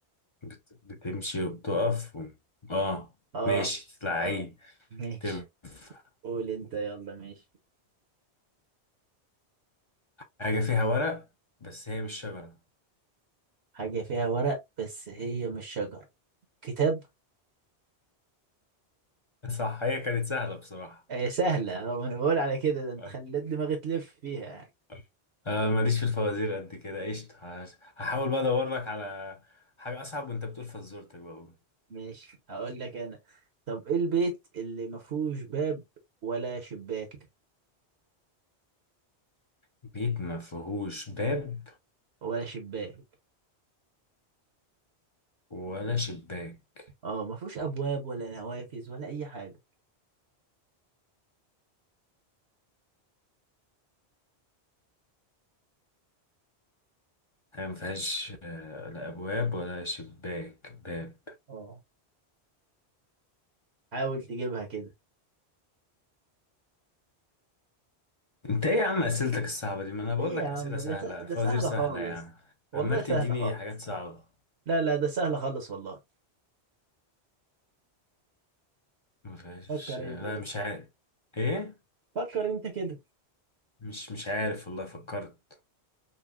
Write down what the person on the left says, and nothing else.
بت... بتمشي وبتقف و... اه
ماشي لعيب
تنفع
حاجة فيها ورق بس هي مش شجرة
صح هي كانت سهلة بصراحة
آه،
آه. آه، ماليش في الفوازير قد كده قشطة هش- هحاول بقى ادور لك على حاجة اصعب وانت بتقول فزورتك بقى قول.
بيت ما فيهوش باب
ولا شباك
هي ما فيهاش آه، لا ابواب ولا شباك باب
انت ايه يا عم اسئلتك الصعبة دي ما انا بقول
لك
اسئلة سهلة
فوازير
سهلة
يا عم
عمال
تديني
حاجات صعبة
ما فيهاش
لا
مش عارف ايه
مش مش عارف والله فكرت